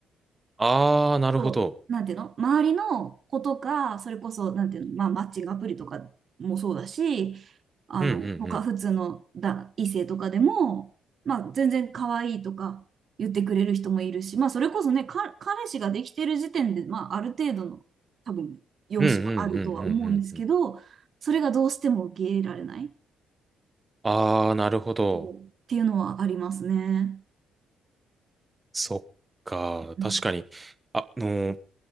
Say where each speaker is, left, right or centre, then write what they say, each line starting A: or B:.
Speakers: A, on the right; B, on the right.
A: ああ、なるほど。
B: そう、なんていうの周りの子とか、それこそ、なんていうの、まあ、マッチングアプリとかもそうだし、あの、
A: うんうんうん。
B: 他、普通のだ異性とかでも、まあ、全然可愛いとか言ってくれる人もいるし、まあ、それこそね、か、彼氏ができてる時点で、まあ、ある程度の、多分、容姿はあるとは思うんですけど、
A: うんうんうんうんうんうん。
B: それがどうしても受け入れられない、
A: ああ、なるほど。
B: そう、っていうのはありますね。
A: そっか。
B: うん。
A: 確かに。ああのー、